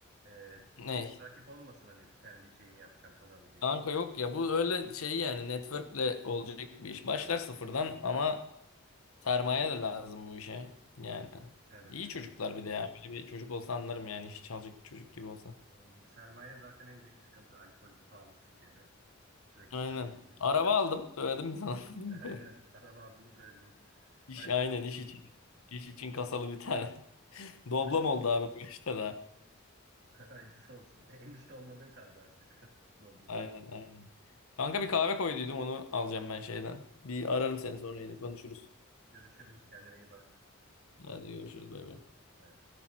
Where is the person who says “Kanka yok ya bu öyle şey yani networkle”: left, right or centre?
Left